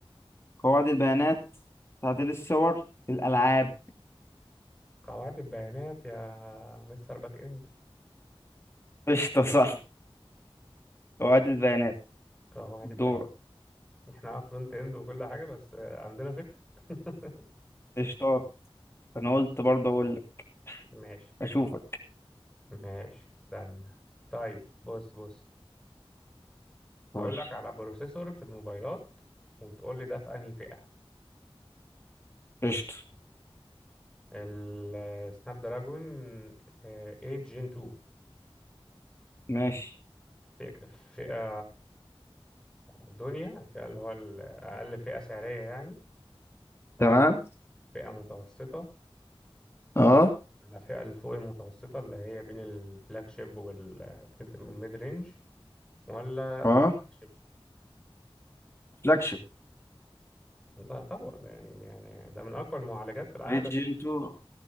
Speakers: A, on the left (about 25°); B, in the centre.
A: قواعد البيانات تعديل الصور الالعاب
B: قواعد البيانات يا مستر باك إند
A: قشطة صح قواعد البيانات
B: قواعد
A: دورك
B: البيانات احنا اه فرونت إند وكل حاجة بس آه، عندنا فكرة <laughs>
A: قشطات انا قلت برضه اقول لك
B: ماشي
A: اشوفك
B: ماشي استنى طيب بص بص
A: قول
B: هقول
A: لي
B: لك على بروسيسور في الموبايلات وتقول لي ده في انهي فئة
A: قشطه
B: السناب دراجون 8 جين 2
A: ماشي
B: فئة فئة دنيا الفئة اللي هو الأقل فئة سعرية يعني ولا
A: تمام
B: فئة متوسطة
A: اه
B: ولا فئة اللي فوق المتوسطة اللي هي بين الفلاج شيب والميد رينج ولا
A: اه
B: flagship.
A: فلاجشيب
B: ده طبعا ده يعني يعني ده من أقوى المعالجات في العالم
A: ليجن 2